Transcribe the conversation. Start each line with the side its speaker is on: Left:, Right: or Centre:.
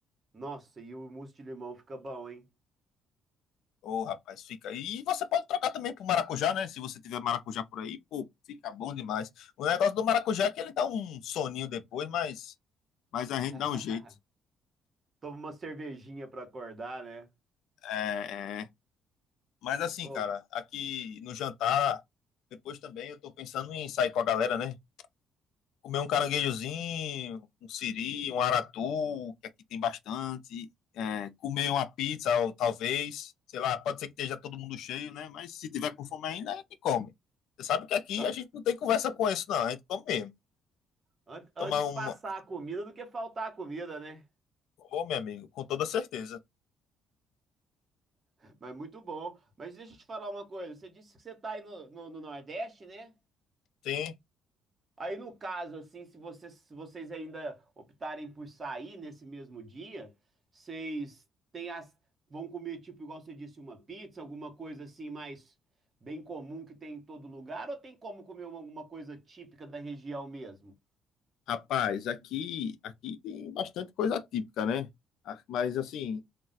Right: Nossa, e o mousse de limão fica bom, hein?
Left: Ô, rapaz, fica aí. E você pode trocar também pro maracujá, né? Se você tiver maracujá por aí, pô, fica bom demais. O negócio do maracujá é que ele dá um soninho depois, mas, mas a gente
Right: <laughs>
Left: dá um jeito.
Right: Toma uma cervejinha pra acordar, né?
Left: É, é. Mas assim,
Right: Ô,
Left: cara, aqui no jantar, depois também eu tô pensando em sair com a galera, né? Comer um caranguejozinho, um siri, um aratu, que aqui tem bastante. É, comer uma pizza, ou talvez. Sei lá, pode ser que esteja todo mundo cheio, né? Mas se tiver com fome ainda, a gente come. Você sabe que aqui
Right: ah,
Left: a gente não tem conversa com isso, não. A gente come mesmo.
Right: an- antes
Left: Tomar uma.
Right: passar a comida do que faltar a comida, né?
Left: Ô, meu amigo, com toda certeza.
Right: Mas muito bom. Mas deixa eu te falar uma coisa. Você disse que você tá aí no, no no Nordeste, né?
Left: Tem.
Right: Aí no caso, assim, se vocês, se vocês ainda optarem por sair nesse mesmo dia, vocês têm as, vão comer, tipo, igual você disse, uma pizza, alguma coisa assim mais bem comum que tem em todo lugar, ou tem como comer uma- alguma coisa típica da região mesmo?
Left: Rapaz, aqui, aqui tem bastante coisa típica, né? Ah, Mas assim,